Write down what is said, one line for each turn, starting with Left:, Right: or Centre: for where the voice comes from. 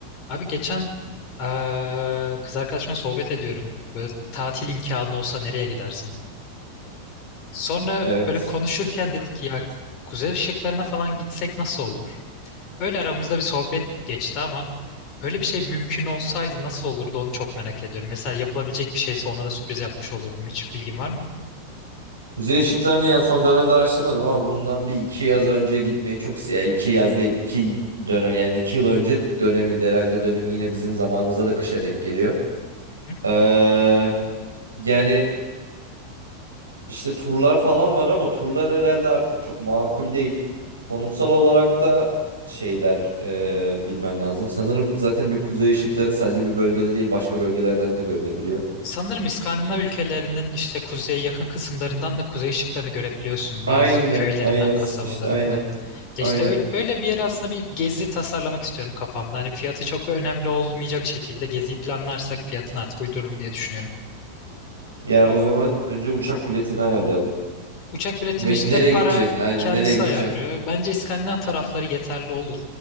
Left: Abi geçen eee, kız arkadaşımla sohbet ediyorum. Böyle tatil imkanı olsa nereye gidersin? Sonra
Right: Evet.
Left: böyle konuşurken dedik ki ya kuzey ışıklarına falan gitsek nasıl olur? Öyle aramızda bir sohbet geçti ama böyle bir şey mümkün olsaydı nasıl olurdu onu çok merak ediyorum. Mesela yapılabilecek bir şeyse ona da sürpriz yapmış olurdum. Hiç bilgin var mı?
Right: Kuzey ışıklarını yani son dönemde araştırmadım ama bundan bir iki yaz önce gitmeyi çok istiyorum. Yani iki yaz değil iki dönem yani iki yıl önce döneminde herhalde dönemi yine bizim zamanımızda da kışa denk geliyor.
Left: Hı hı.
Right: Ee, yani işte turlar falan var ama turlar herhalde artık çok makul değil. Konumsal olarak da şeyler e, bilmen lazım. Sanırım zaten bir kuzey ışıkları sadece bir bölgede değil başka bölgelerden de görünebiliyor.
Left: Sanırım İskandinav ülkelerinin işte kuzeye yakın kısımlarından da kuzey ışıklarını görebiliyorsun
Right: Aynen
Left: bazı köylerinden,
Right: aynen
Left: kasabalarından.
Right: işte aynen
Left: Ya
Right: aynen.
Left: işte öyle, öyle bir yer aslında bir gezi tasarlamak istiyorum kafamda. Hani fiyatı çok önemli olmayacak şekilde geziyi planlarsak fiyatını artık uydururum diye düşünüyorum.
Right: Yani o zaman önce uçak biletini ayarlayalım.
Left: Uçak biletini
Right: Ve
Left: işte
Right: nereye
Left: para
Right: gideceğin? Aynen
Left: kendisi
Right: nereye gideceksin?
Left: ayarlıyor. Bence İskandinav tarafları yeterli olur.